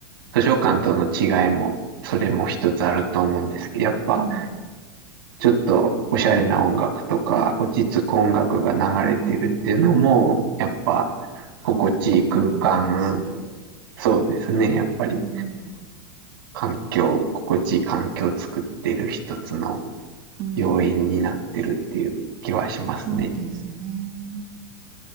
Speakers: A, on the right (about 75°); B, on the right (about 40°).
A: 図書館との違いも、それも一つあると思うんですけど、やっぱ、
B: はい。
A: ちょっとおしゃれな音楽とか、落ち着く音楽が流れてるっていうのも、
B: うんうん。
A: やっぱ、
B: はい。
A: 心地いい空間、
B: いいと思います。
A: そうですね、やっぱり、
B: うん。
A: 環境、心地いい環境を作ってる一つの
B: うん。
A: 要因になってるっていう気はしますね。
B: そうですね。